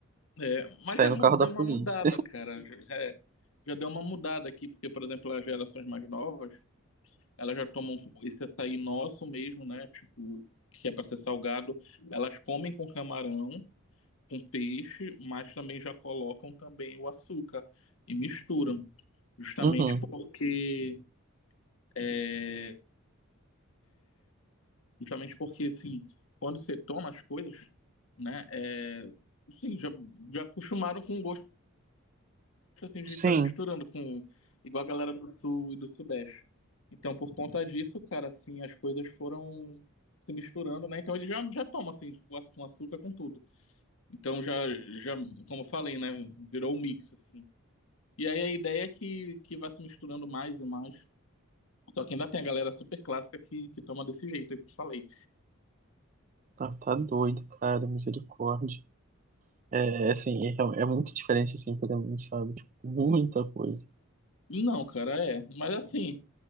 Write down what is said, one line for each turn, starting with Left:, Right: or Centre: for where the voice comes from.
Left: É,
Right: Sair
Left: mas já
Right: no
Left: mu-
Right: carro
Left: deu
Right: da
Left: uma
Right: polícia.
Left: mudada, cara. Já, é, já deu uma mudada aqui, porque, por exemplo, as gerações mais novas, elas já tomam esse açaí nosso mesmo, né? Tipo, que é para ser salgado. Elas comem com camarão, com peixe, mas também já colocam também o açúcar e misturam. Justamente
Right: Uhum.
Left: porque. é, Justamente porque, assim, quando você toma as coisas, né, é, sim, já, já acostumaram com o gosto, assim, de estar
Right: Sim,
Left: misturando com, igual a galera do Sul e do Sudeste. Então, por conta disso, cara, assim, as coisas foram se misturando, né, então ele já, já toma, assim, com aç- com açúcar, com tudo. Então, já, já, como eu falei, né, virou um mix, assim. E aí a ideia é que, que vai se misturando mais e mais. Só que ainda tem a galera super clássica que, que toma desse jeito aí que eu falei.
Right: tá, tá doido, cara, misericórdia. É, assim, é, real- é muito diferente, assim, pra mim, sabe? Tipo, muita coisa.
Left: Não, cara, é. Mas assim.